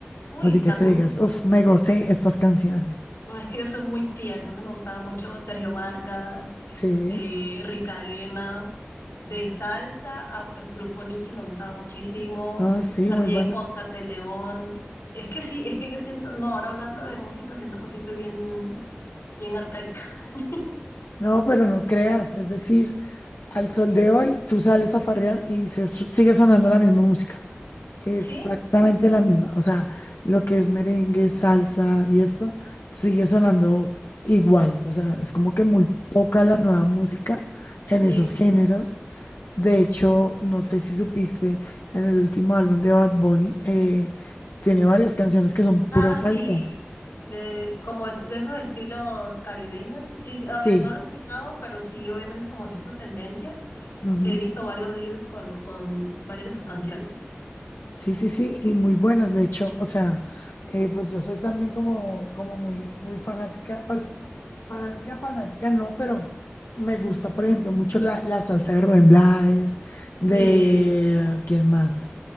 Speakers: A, on the left; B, on the left.
A: Uy,
B: Así que
A: también,
B: te digas, uff, me gocé estas canciones.
A: oh, es que yo soy muy tía, entonces me gustaba mucho Sergio Vargas,
B: Sí,
A: eh, Rica Arena, de salsa, ah, pues Grupo Niche me gustaba muchísimo,
B: no, sí,
A: también
B: muy bueno.
A: Oscar de León. Es que sí, es que yo siento, no, ahora hablando de música, siento que sí estoy bien, bien arcaica. <laughs>
B: No, pero no creas, es decir, al sol de hoy tú sales a farrear y se, su- sigue sonando la misma música. Exactamente
A: Sí,
B: la misma. O sea, lo que es merengue, salsa y esto sigue sonando igual. O sea, es como que muy poca la nueva música en esos
A: sí.
B: géneros. De hecho, no sé si supiste, en el último álbum de Bad Bunny, eh, tiene varias canciones que son
A: Ah,
B: pura salsa.
A: sí, de, como es, de esos estilos caribeños. Sí, sí, a
B: Sí.
A: ver, no lo he escuchado, pero sí, obviamente como se hizo tendencia,
B: Ujú.
A: he visto varios reels con, con varias de sus canciones.
B: Sí, sí, sí, y muy buenas, de hecho, o sea, eh, pues yo soy también como, como muy, muy fanática, pues fanática, fanática, no, pero me gusta, por ejemplo, mucho la, la salsa de Rubén Blades, de,
A: Sí,
B: ¿quién más?